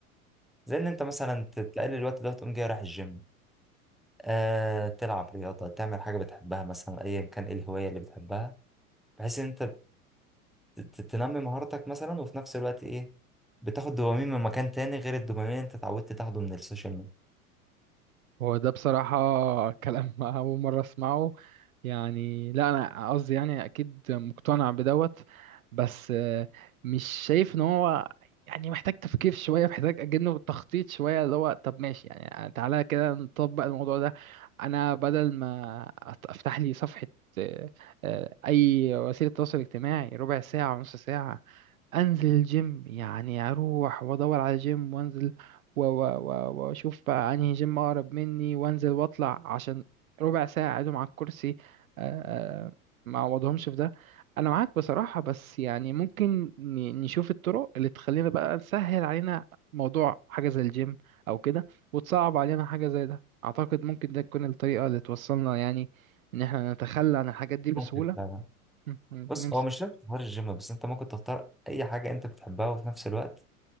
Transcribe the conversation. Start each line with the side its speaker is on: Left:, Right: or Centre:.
Centre: زي ان انت مثلا تقلل الوقت ده وتقوم جاي رايح الجيم آه، تلعب رياضه تعمل حاجه بتحبها مثلا ايا كان ايه الهوايه اللي بتحبها بحيث ان انت ت- تنمي مهارتك مثلا وفي نفس الوقت ايه بتاخد دوبامين من مكان تاني غير الدوبامين اللي انت اتعودت تاخده من السوشيال ميديا
Right: هو ده بصراحة كلام <laughs> أول مرة أسمعه يعني لا أنا قصدي يعني أكيد مقتنع بدوت بس آه، مش شايف إن هو يعني محتاج تفكير شوية محتاج أجنه تخطيط شوية اللي هو طب ماشي يعني تعالى كده نطبق الموضوع ده أنا بدل ما أت- أفتح لي صفحة آه، آه، أي وسيلة تواصل اجتماعي ربع ساعة ونص ساعة انزل الجيم يعني اروح وادور على جيم وانزل و- و- و- واشوف بقى انهي جيم اقرب مني وانزل واطلع عشان ربع ساعة اقعدهم على الكرسي آه، آه، ما اعوضهمش في ده انا معاك بصراحة بس يعني ممكن ن- نشوف الطرق اللي تخلينا بقى تسهل علينا موضوع حاجة زي الجيم او كده وتصعب علينا حاجة زي ده اعتقد ممكن ده تكون الطريقة اللي توصلنا يعني ان احنا نتخلى عن الحاجات دي بسهولة
Centre: ممكن فعلا
Right: م- م-
Centre: بص
Right: نمسك
Centre: هو مش لازم تختار الجيم بس انت ممكن تختار اي حاجة انت بتحبها وفي نفس الوقت